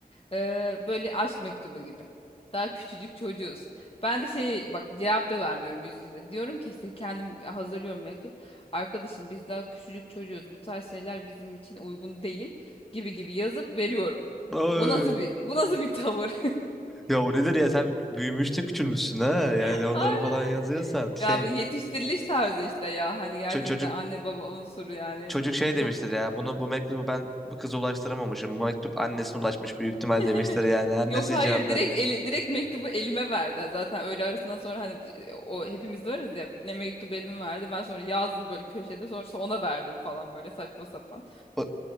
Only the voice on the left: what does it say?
E, böyle aşk mektubu gibi. Daha küçücük çocuğuz. Ben de şey bak cevap da vermiyorum yüz yüze. Diyorum ki işte kendim hazırlıyorum mektup. Arkadaşım biz daha küçücük çocuğuz. Bu tarz şeyler bizim için uygun değil gibi gibi yazıp veriyorum.
Bu nasıl bir bu nasıl bir tavır?
<laughs>
Aynen.
Ya bir yetiştiriliş tarzı işte ya. Hani gerçekten
anne baba unsuru yani.
Çok
<laughs>
Yok hayır
direkt eli, direkt mektubu elime verdi. Zaten öğle arasından sonra hani o hepimiz de varız ya ne mektubu elime verdi. Ben sonra yazdım böyle köşede sonrası ona verdim falan böyle saçma sapan.